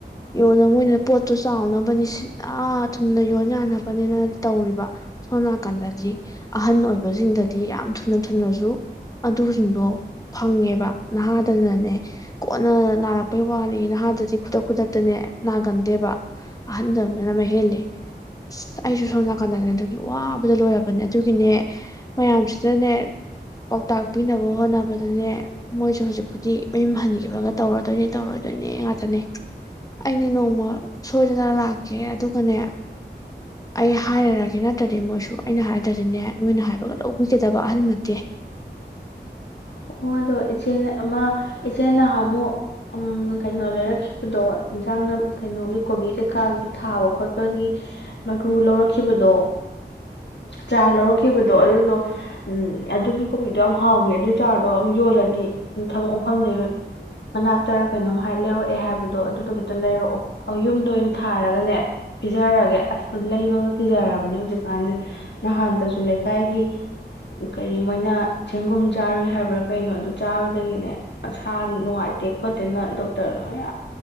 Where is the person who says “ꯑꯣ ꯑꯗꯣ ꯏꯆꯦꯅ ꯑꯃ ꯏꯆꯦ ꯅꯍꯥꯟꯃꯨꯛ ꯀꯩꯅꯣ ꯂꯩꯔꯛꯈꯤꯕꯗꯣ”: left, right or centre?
Left